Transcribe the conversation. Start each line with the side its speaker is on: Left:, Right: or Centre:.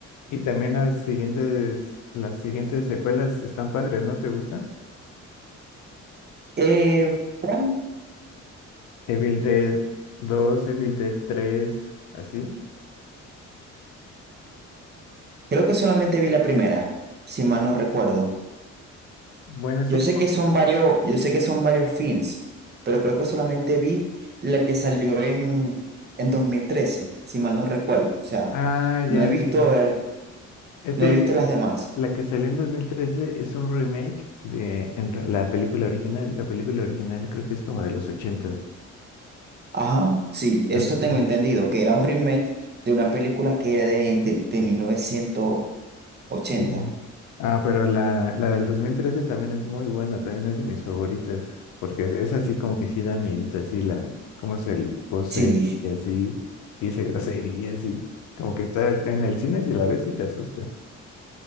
Left: Y también las siguientes, las siguientes secuelas están padres, ¿no? ¿Te gustan?
Right: Eh, bueno,
Left: Evil Dead dos Evil Dead tres así.
Right: creo que solamente vi la primera, si
Left: Ujú.
Right: mal no recuerdo.
Left: Bueno, así
Right: Yo
Left: como...
Right: sé que son varios, yo sé que son varios films, pero creo que solamente vi la que salió en, en 2013 si mal no recuerdo. O sea,
Left: Ah,
Right: no
Left: ya,
Right: he visto,
Left: sí.
Right: eh,
Left: Es
Right: no
Left: que
Right: he
Left: la
Right: visto
Left: que, sa-
Right: las demás.
Left: la que salió en 2013 es un remake de en re- la película original. La película original creo que es como de los 80
Right: Ajá, sí, eso
Left: Ah, sí.
Right: tengo entendido, que era un remake de una película que era de, de, de mil novecientos ochenta
Left: Sí. Ah, pero la, la del 2013 también es muy buena, también es de mis favoritas, porque es, es así como que sí da miedito, así la, cómo se l- posee,
Right: Sí,
Left: y así, dice groserías, y como que está en el cine si la ves y te asusta.